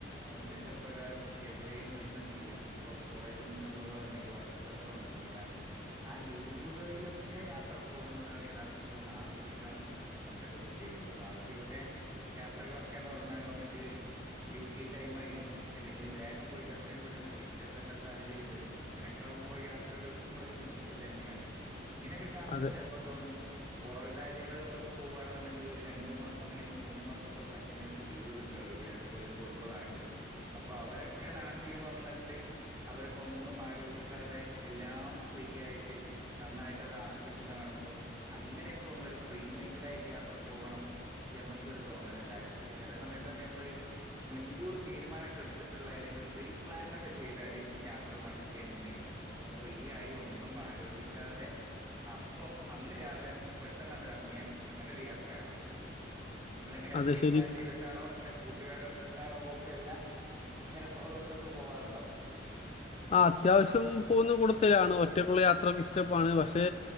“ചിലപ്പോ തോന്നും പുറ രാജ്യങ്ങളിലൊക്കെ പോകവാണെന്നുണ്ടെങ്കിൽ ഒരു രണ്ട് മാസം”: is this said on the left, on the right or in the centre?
Right